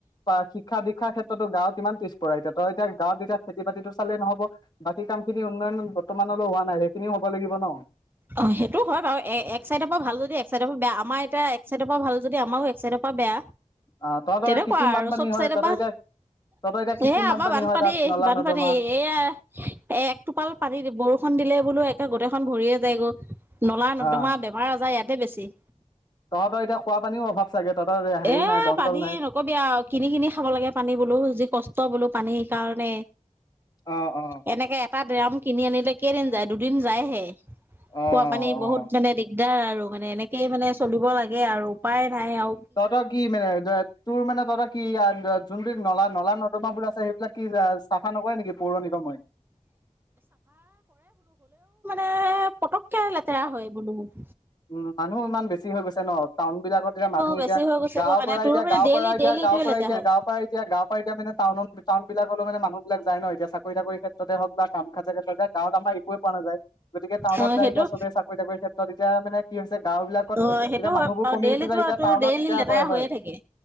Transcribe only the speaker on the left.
বা শিক্ষা দীক্ষা ক্ষেত্ তো গাঁৱত কিমান পিছপৰা এতিয়া তই এতিয়া গাঁৱত এতিয়া খেতি বাতিতো চালেই নহ'ব। বাকী কাম খিনি উন্নয়ন বৰ্তমানলৈ হোৱা নাই সেইখিনিও হ'ব লাগিব ন।
আহ তহঁতৰ
কৃত্ৰিম বানপানী
হয়
তহঁতৰ
এতিয়া তহঁতৰ এতিয়া কৃত্ৰিম
হয় তাত নলা
নৰ্দমা
আহ
তহঁতৰ এতিয়া খোৱা পানীও অভাৱ চাগে তহঁতৰ হেৰি
নাই দমকল
নাই।
অঁ-অঁ।
অ',
অ'।
তহতৰ কি মানে তোৰ মানে তহতৰ কি <unintelligible> যোনবিধ নলা নলা-নৰ্দমাবোৰ আছে সেইবিলাক কি চাফা নকৰে নেকি পৌৰনিগমে?
উম, মানুহ ইমান বেছি হৈ গৈছে ন' টাউন বিলাকত এতিয়া মানুহ
এতিয়া
গাঁৱৰ
পৰা
এতিয়া
গাও
পৰা এতিয়া
গাঁৱ পৰা
এতিয়া গাৱ <unintelligible> মানে টাউন টাউন বিলাকতো মানুহবিলাক যায় ন' এতিয়া। চাকৰি-তাকৰি ক্ষেত্ৰতে হওক বা কাম কাজ ক্ষেত্ৰতে গাঁওত আমাৰ একোৱে পোৱা নাযায়। গতিকে টাউনত
যায়
এতিয়া ছবে চাকৰি- টাকৰি ক্ষেত্ৰত। কি <unintelligible> গাঁও বিলাকত
এতিয়া
মানুহবোৰ
কমি
গৈছে, যে এতিয়া
টাউনত
এতিয়া
হয়
হয়